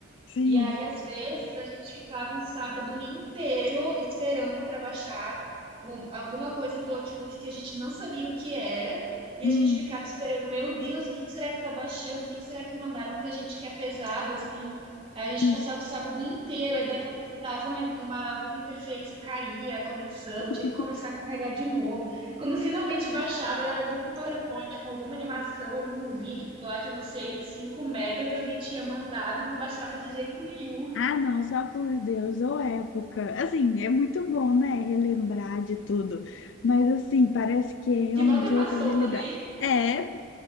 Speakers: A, on the left; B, on the right.
A: sim.
B: E aí, às vezes, a gente ficava um sábado inteiro esperando para baixar um- alguma coisa do Outlook que a gente não sabia o que era. E
A: hum,
B: a gente ficava esperando, meu Deus, o que que será que tá baixando? O que que será que mandaram pra gente que é pesado, assim? Aí a gente
A: hum.
B: passava o sábado inteiro, aí daqui a pouco dava uma, uma- alguma interferência, caía a conexão,
A: <laughs>
B: tinha que começar a carregar de novo. Quando finalmente baixava, era algum PowerPoint com alguma animação, algum vídeo lá de, não sei, 5 mega que alguém tinha mandado e não baixava de jeito nenhum.
A: Ah, não, só por Deus, ou época. Assim, é muito bom, né? Relembrar de tudo. Mas, assim, parece que é realmente
B: Que bom que passou
A: outra realidade.
B: também
A: É